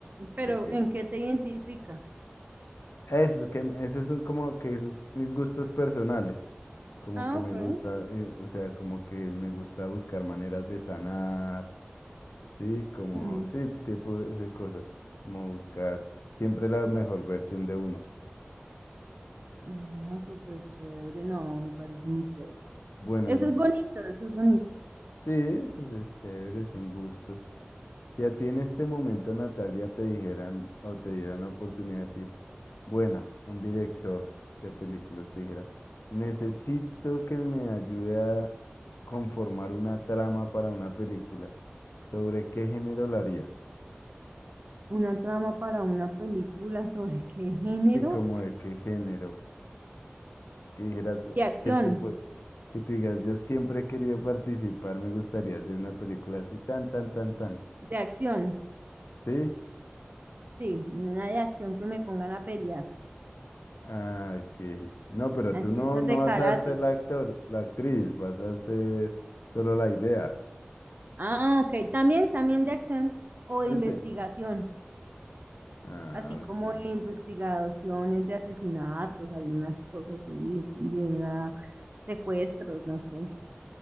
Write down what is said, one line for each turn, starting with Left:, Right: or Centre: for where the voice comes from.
Right: ¿Pero
Left: de que
Right: en qué te identifica?
Left: eso, que m- esos son como que son mis gustos personales, como
Right: Ah,
Left: que
Right: ok.
Left: me gusta, eh, o sea, como que me gusta buscar maneras de sanar, sí, como,
Right: mm.
Left: sí, tipo de cosas, como buscar siempre la mejor versión de uno.
Right: Ah, súper chévere, no, me parece muy chévere.
Left: Bueno,
Right: Eso
Left: y
Right: es
Left: sí,
Right: bonito, eso es bonito.
Left: sí, pues es chévere, son gustos. Si a ti en este momento, Natalia, te dijeran o te dieran la oportunidad de decir, Bueno, un director de películas dijera, necesito que me ayude a conformar una trama para una película. ¿Sobre qué género la haría?
Right: Una trama para una película sobre qué género.
Left: Sí, como de qué género. Que dijeras,
Right: De acción,
Left: que tú puedes, que tú digas, yo siempre he querido participar, me gustaría hacer una película así, tan, tan, tan, tan.
Right: de acción,
Left: ¿Sí?
Right: sí, una de acción que me pongan a pelear.
Left: Ah, ok. No, pero
Right: Así
Left: tú no,
Right: esas
Left: no
Right: de
Left: vas
Right: karate.
Left: a ser la actor, la actriz, vas a ser solo la idea.
Right: Ah, ok, también, también de acción o de
Left: ¿Sí
Right: investigación,
Left: te? Ah,
Right: así como
Left: ok.
Right: de investigaciones de asesinatos, algunas cosas así, de una secuestros, no sé.